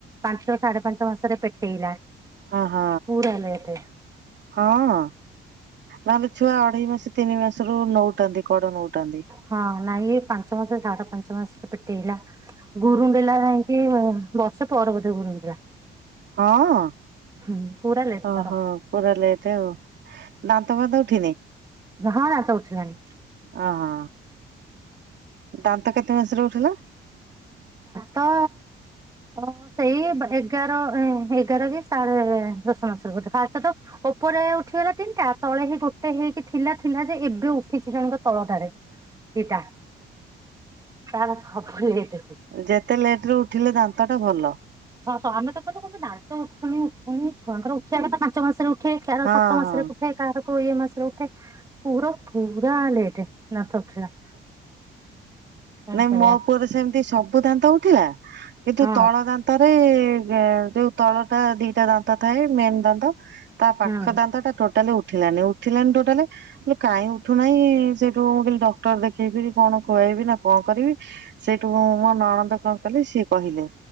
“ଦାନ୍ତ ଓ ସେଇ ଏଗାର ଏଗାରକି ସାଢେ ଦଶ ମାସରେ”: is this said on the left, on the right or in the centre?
Right